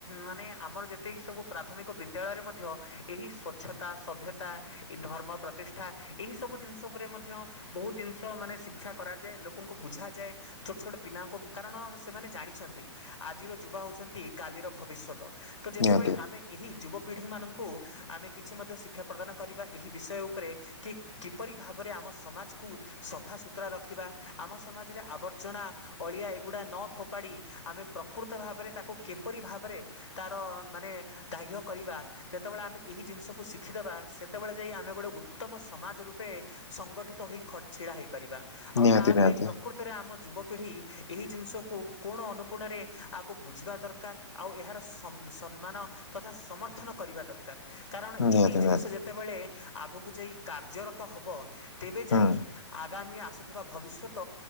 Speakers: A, on the left (about 85°); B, on the left (about 70°).
A: ମାନେ ଆମର ଯେତକି ସବୁ ପ୍ରାଥମିକ ବିଦ୍ୟାଳୟରେ ମଧ୍ୟ ଏହି ସ୍ୱଚ୍ଛ ତା ସଭ୍ୟତା ଇ ଧର୍ମ ପ୍ରତିଷ୍ଠା ଏହିସବୁ ଜିନିଷ ଉପରେ ମଧ୍ୟ। ବହୁତ ଜିନିଷ ମାନେ ଶିକ୍ଷା କରାଯାଏ ଲୋକଙ୍କୁ ବୁଝାଯାଏ। ଛୋଟ ଛୋଟ ପିଲାଙ୍କୁ କାରଣ ସେମାନେ ଜାଣିଛନ୍ତି ଆଜିର ଯୁବା ହଉଛନ୍ତି କାଲିର ଭବିଷ ତ ଯେତେବେଳେ
B: ନିହାତି
A: ଆମେ ଏହି ଯୁବପିଢ଼ିମାନଙ୍କୁ ଆମେ କିଛି ମଧ୍ୟ ଶିକ୍ଷା ପ୍ରଦାନ କରିବା ଏହି ବିଷୟ ଉପରେ। କି କିପରି ଭାବରେ ଆମ ସମାଜକୁ ସଫାସୁତୁରା ରଖିବା ଆମ ସମାଜରେ ଆବର୍ତ ଚଣା ଅଳିଆ ଏଗୁଡ଼ା ନ ଫୋପାଡ଼ି ଆମେ ପ୍ରକୃତ ଭାବରେ ତା କୁ କିପରି ଭାବରେ ତାର ମାନେ ଦାହ୍ୟ କରିବା, ଯେତେବେଳେ ଆମେ ଏହି ଜିନିଷକୁ ଶିଖିଦବା ସେ ସେତେବେଳେ ଯାଇ ଆମେ ଗୋଟେ ଉତ୍ତମ ସମାଜ ରୂପେ ସଂଗଠିତ ହୋଇ ଖ ଛିଡ଼ା ହେଇପାରିବା। ଆଉ
B: ନିହାତି
A: ତା
B: ନିହାତି
A: ପାଇଁ ପ୍ରକୃତରେ ଆମ ଯୁବପିଢ଼ି ଏହି ଜିନିଷକୁ କୋଣ ଅନୁକୋଣରେ ଆକୁ ବୁଝିବା ଦରକାର। ଆଉ ଏହାର ସମ୍ ସନମ୍ମାନ ତଥା ସମର୍ଥନ କରିବା ଦର କାର କାରଣ
B: ନିହାତି
A: ଏହି ଜିନିଷ
B: ନିହାତି
A: ଯେତେବେଳେ ଆଗକୁ ଯାଇ କାର୍ଯ୍ୟରତ ହବ। ତେବେ
B: ହୁଁ
A: ଯାଇ ଆଗାମୀ ଆସୁଥିବା ଭବିଷ୍ୟତ